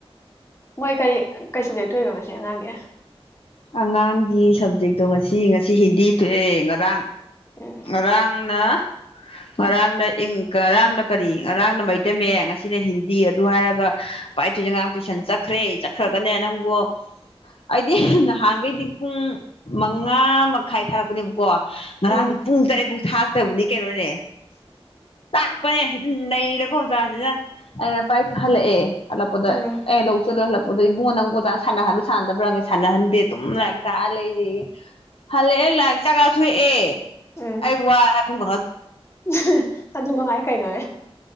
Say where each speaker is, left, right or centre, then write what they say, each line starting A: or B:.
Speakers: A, on the left (about 25°); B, on the left (about 65°).
A: ꯃꯣꯏ ꯀꯔꯤ ꯀꯩꯁ ꯊꯣꯏꯅꯣ ꯉꯁꯤ ꯑꯉꯥꯡꯒꯤ
B: ꯑꯉꯥꯡꯒꯤ ꯁꯕꯖꯦꯛꯇꯣ ꯉꯁꯤ ꯉꯁꯤ ꯍꯤꯟꯗꯤ ꯊꯣꯛꯑꯦ ꯉꯔꯥꯡ
A: ꯎꯝ
B: ꯉꯔꯥꯡꯅ ꯉꯔꯥꯡꯅ ꯏꯪ ꯉꯔꯥꯡꯅ ꯀꯔꯤ ꯉꯔꯥꯡꯅ ꯃꯩꯇꯩ ꯃꯌꯦꯛ ꯉꯁꯤꯅ ꯍꯤꯟꯗꯤ ꯑꯗꯨ ꯍꯥꯏꯔꯒ ꯄꯥꯏ ꯊꯨꯏꯁ ꯑꯉꯥꯡ ꯇꯨꯏꯁꯟ ꯆꯠꯈ꯭ꯔꯦ ꯆꯠꯈ꯭ꯔꯒꯅꯦ ꯅꯪꯕꯨ ꯑꯩꯗꯤ ꯍꯡꯍꯩꯗꯤ ꯄꯨꯡ ꯃꯉꯥ ꯃꯈꯥꯏ ꯊꯥꯔꯛꯄꯅꯦ ꯀꯣ ꯉꯔꯥꯡꯗꯤ
A: ꯎꯝ
B: ꯇꯔꯦꯕꯨ ꯊꯥꯛꯇꯕꯅꯤ ꯀꯩꯅꯣꯅꯦ ꯇꯥꯥꯛꯄꯅꯦ ꯑꯗꯨꯝ ꯅꯩꯔꯦꯀꯣ ꯑꯣꯖꯥꯁꯤꯗ ꯑꯩꯅ ꯄꯥꯏꯊꯍꯜꯂꯛꯑꯦ ꯍꯂꯛꯄꯗ
A: ꯎꯝ
B: ꯑꯩꯅ ꯂꯧ ꯆꯠꯂ ꯍꯜꯂꯛ ꯑꯗꯣ ꯏꯕꯨꯉꯣ ꯅꯪꯕꯣ ꯑꯣꯖꯅ ꯁꯥꯟꯅꯍꯟ ꯁꯥꯟꯗꯕ꯭ꯔꯥ ꯁꯥꯟꯅꯍꯟꯗꯦ ꯑꯗꯨꯝ ꯂꯥꯏꯔꯤꯛ ꯇꯥꯛꯑ ꯂꯩꯔꯦꯌꯦ ꯍꯜꯂꯛꯑꯦ ꯂ ꯆꯥꯛ ꯊꯨꯏ ꯑꯦ
A: ꯎꯝ
B: ꯑꯩ ꯋꯥ ꯍꯥꯏ ꯐꯨꯡ
A: <inaudible> ꯑꯗꯨ ꯃꯉꯥꯏ ꯀꯩꯅꯣꯅꯦ